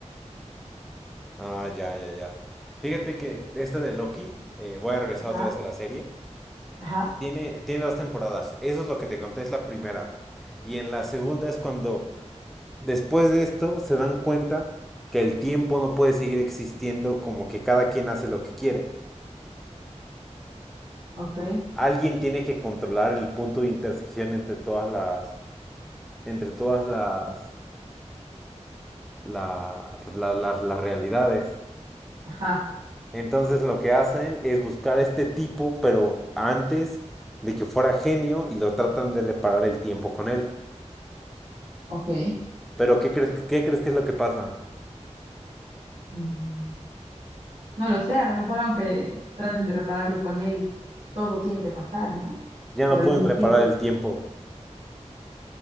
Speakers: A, in the centre; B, on the right.
A: Ah, ya, ya, ya. Fíjate que esta de Loki, eh, voy a regresar
B: Ajá,
A: otra vez a la serie,
B: ajá,
A: tiene, tiene dos temporadas. Eso es lo que te conté, es la primera. Y en la segunda es cuando después de esto se dan cuenta que el tiempo no puede seguir existiendo como que cada quien hace lo que quiere.
B: ok,
A: Alguien tiene que controlar el punto de intersección entre todas las, entre todas las, la- pues, la- las, las realidades.
B: ajá,
A: Entonces lo que hacen es buscar a este tipo, pero antes de que fuera genio y lo tratan de reparar el tiempo con él.
B: ok.
A: Pero ¿qué crees, qué crees que es lo que pasa?
B: Mm, no lo sé, a lo mejor aunque traten de repararlo con él, todo tiene que pasar, ¿no?
A: Ya
B: Por
A: no
B: algún
A: pueden
B: motivo.
A: reparar el tiempo.